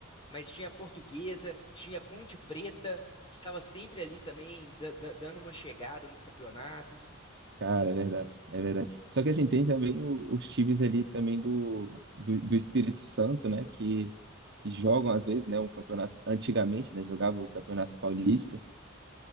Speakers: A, on the left; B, on the right.
A: mas tinha a Portuguesa, tinha a Ponte Preta, que estava sempre ali também da- da- dando uma chegada nos campeonatos.
B: Cara, é verdade, é verdade. Só que assim, tem também o- os times ali também do, do, do Espírito Santo, né? Que, que jogam às vezes, né? Um campeonato, antigamente, né? Jogava o Campeonato Paulista.